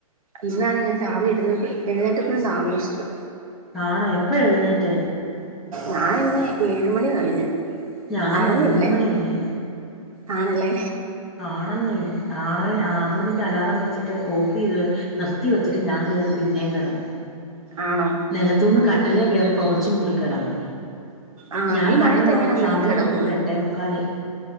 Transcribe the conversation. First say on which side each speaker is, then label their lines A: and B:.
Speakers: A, on the right; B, in the centre.
A: ഇന്നാണ് ഞാൻ രാവിലെ എഴുന്നേപ്പ എഴുന്നേറ്റപ്പഴം താമസിച്ചു.
B: ആണ്. എപ്പഴ എഴുന്നേറ്റെ.
A: ഞാനിന്ന് ഏഴുമണി കഴിഞ്ഞു.
B: ഞാൻ
A: അറിഞ്ഞില്ലെ.
B: ഒമ്പത് മണിയായി
A: ആണല്ലെ.
B: ആണെന്നേ. ആറെ ആറ് മണിക്ക് അലാറം വെച്ചിട്ട് ഓഫ് ചെയ്ത് നിർത്തി വെച്ചിട്ട് ഞാൻ കേറി പിന്നേ കെടന്നു.
A: ആണോ.
B: നെലത്തൂന്ന് കട്ടിലേ കേറി പൊതച്ചും മൂടിക്കെടന്നു.
A: ആ
B: ഞാൻ
A: ഈ
B: കണ്ണ്
A: മഴയത്ത്
B: തുറന്ന്
A: എങ്ങനെ നിലത്ത്
B: സമയം
A: കിടക്കും
B: നോക്കുമ്പോ എട്ടേ മുക്കാല്